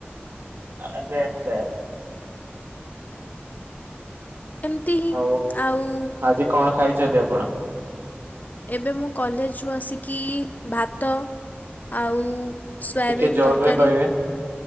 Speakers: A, on the right (about 60°); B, on the left (about 40°).
A: <unintelligible>
B: ଏମିତି ହିଁ
A: ଆଉ
B: ଆଉ
A: ଆଜି କଣ ଖାଇଚନ୍ତି ଆପଣ?
B: ଏବେ ମୁଁ କଲେଜରୁ ଆସିକି ଭାତ ଆଉ ସୋୟାବିନ୍
A: ଟିକେ ଜୋରରେ
B: ତରକାରୀ
A: କହିବେ।